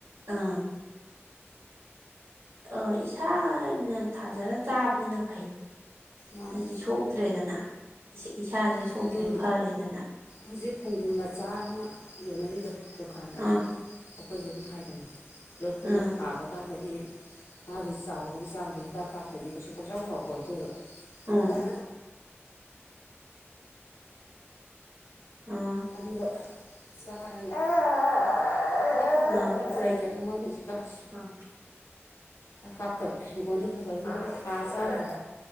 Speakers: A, on the right; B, on the left.
A: ꯑꯥ ꯑ ꯏꯁꯥꯅ ꯊꯥꯖꯔ ꯆꯥꯕꯅꯤꯅ ꯐꯩ ꯫
B: ꯃꯥꯅꯦ
A: ꯑꯗꯨꯗꯤ ꯁꯣꯛꯇ꯭ꯔꯦꯗꯅ ꯏꯁꯥꯍꯩ
B: ꯈꯣꯡꯗ꯭ꯔꯨꯝ
A: ꯁꯣꯛꯇ꯭ꯔꯦ ꯐꯔꯦꯗꯅ꯫
B: ꯍꯧꯖꯤꯛ ꯈꯣꯡꯗ꯭ꯔꯨꯝ ꯃꯆꯥ ꯑꯃ ꯌꯣꯟꯅꯔꯤꯗꯣ ꯗꯨꯀꯥꯟꯗ
A: ꯑꯥ
B: ꯑꯩꯈꯣꯏꯖꯨ ꯑꯝ ꯊꯥꯏꯗꯅ ꯑꯗꯨ ꯑꯩꯈꯣꯏꯅ
A: ꯑꯥ
B: ꯊꯥꯕ ꯀꯥꯟꯗꯗꯤ ꯃꯥꯒꯤ ꯆꯥꯎꯕꯒꯤ ꯆꯥꯡꯗꯣ ꯍꯤꯗꯥꯛ ꯀꯥꯞꯇ꯭ꯔꯗꯤ ꯀꯩꯁꯨ ꯄꯥꯛꯆꯥꯎ ꯆꯥꯎꯄꯣꯟꯇꯦꯕꯥ꯫
A: ꯎꯝ
B: <unintelligible>
A: ꯑꯥ
B: ꯑꯗꯨꯒ ꯆꯔꯅꯤ <unintelligible>
A: ꯑꯥ
B: ꯃꯣꯏ ꯍꯧꯖꯤꯛꯀꯥꯟꯁꯤ
A: ꯑꯥ
B: ꯀꯥꯞꯇꯕ ꯍꯤꯡꯒꯣꯟꯗ ꯈꯔ <unintelligible> ꯊꯥ ꯆꯥꯔ